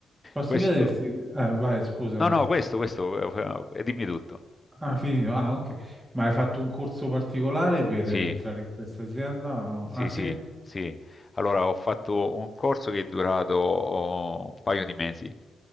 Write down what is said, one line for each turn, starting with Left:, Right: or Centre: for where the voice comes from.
Right: Posso
Left: Questo
Right: chiederti... Eh, vai, scusami.
Left: No, no, questo, questo, eh, eh, dimmi tutto.
Right: Ah, finito. Ah, ok. Ma hai fatto un corso particolare per
Left: Sì,
Right: entrare in questa azienda?
Left: sì,
Right: Ah, sì?
Left: sì, sì. Allora, ho fatto un corso che è durato oh, un paio di mesi.